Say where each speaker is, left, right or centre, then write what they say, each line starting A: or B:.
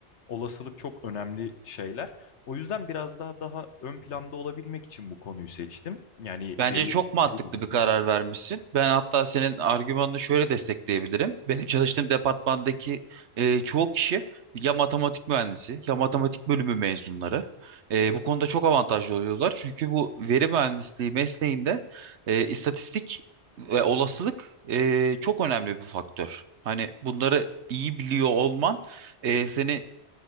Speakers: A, on the left; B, on the right.
A: olasılık çok önemli şeyler. O yüzden biraz daha daha ön planda olabilmek için bu konuyu seçtim. Yani
B: Bence
A: veri,
B: çok mantıklı
A: veri bilimi.
B: bir karar vermişsin. Ben hatta senin argümanını şöyle destekleyebilirim. Benim çalıştığım departmandaki e, çoğu kişi ya matematik mühendisi ya matematik bölümü mezunları. E, bu konuda çok avantajlı oluyorlar. Çünkü bu veri mühendisliği mesleğinde e, istatistik ve olasılık e, çok önemli bir faktör. Hani bunları iyi biliyor olman e, seni